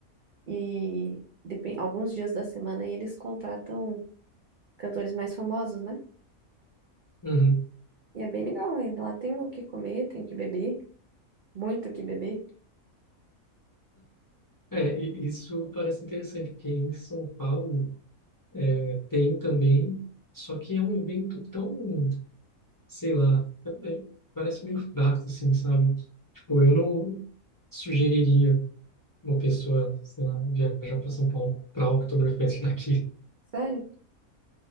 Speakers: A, on the right; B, on the left.
A: E depen- alguns dias da semana aí eles contratam cantores mais famosos, né?
B: uhum.
A: E é bem legal, aí Lá tem o que comer, tem o que beber, muito o que beber.
B: É, e- isso parece interessante, porque em São Paulo é, tem também, só que é um evento tão sei lá, é- é- parece meio fraco, assim, sabe? Tipo, eu não sugeriria uma pessoa, sei lá, viajar para São Paulo para Oktoberfest <laughs> daqui.
A: Sério?